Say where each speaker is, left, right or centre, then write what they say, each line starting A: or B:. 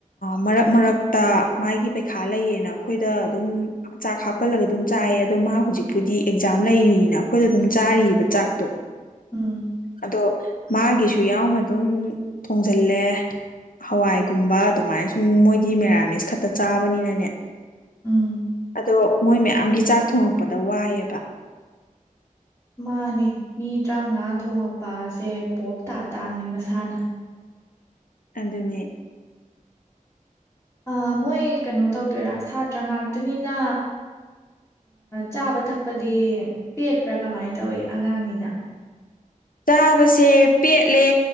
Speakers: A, on the left; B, on the left.
A: ꯃꯔꯛ ꯃꯔꯛ ꯇ ꯃꯥꯒꯤ ꯄꯩꯈꯥ ꯂꯩꯌꯦꯅ ꯑꯩꯈꯣꯏꯗ ꯑꯗꯨꯝ ꯆꯥꯛ ꯍꯥꯞꯄꯜꯂꯒ ꯑꯗꯨꯝ ꯆꯥꯏꯌꯦ ꯑꯗꯣ ꯃꯥ ꯍꯧꯖꯤꯛꯄꯨꯗꯤ ꯑꯦꯛꯖꯥꯝ ꯂꯩꯌꯦꯅ ꯑꯩꯈꯣꯏꯗ ꯑꯗꯨꯝ ꯆꯥꯔꯤꯑꯕ ꯆꯥꯛꯇꯣ
B: ꯎꯝ
A: ꯑꯗꯣ ꯃꯥꯒꯤꯁꯨ ꯌꯥꯎꯅ ꯑꯗꯨꯝ ꯊꯣꯡꯖꯜꯂꯦ ꯍꯋꯥꯏꯒꯨꯝꯕ ꯑꯗꯨꯃꯥꯏꯅ ꯁꯨꯝ ꯃꯣꯏꯗꯤ ꯃꯦꯔ ꯃꯤꯁ ꯈꯠꯇ ꯆꯥꯕꯅꯤꯅꯅꯦ
B: ꯎꯝ
A: ꯑꯗꯣ ꯃꯣꯏ ꯃꯌꯥꯝꯒꯤ ꯆꯥꯛ ꯊꯣꯡꯉꯛꯄꯗ ꯋꯥꯏꯌꯦꯕ
B: ꯃꯥꯅꯤ ꯃꯤ ꯇꯔꯥꯃꯉꯥ ꯊꯣꯉꯛꯄꯁꯦ ꯄꯣꯞ ꯇꯥ ꯇꯥꯕꯅꯤ ꯃꯁꯥꯅ
A: ꯑꯗꯨꯅꯦ
B: ꯑꯥ-ꯃꯣꯏ ꯀꯩꯅꯣ ꯇꯧꯗꯣꯏꯔꯥ ꯁꯥꯇ꯭ꯔ ꯉꯥꯛꯇꯅꯤꯅ ꯆꯥꯕ ꯊꯛꯄꯗꯤ ꯄꯦꯠꯄ꯭ꯔꯥ ꯀꯃꯥꯏꯅ ꯇꯧꯏ ꯑꯉꯥꯡꯅꯤꯅ
A: ꯆꯥꯕꯁꯦ ꯄꯦꯠꯂꯦ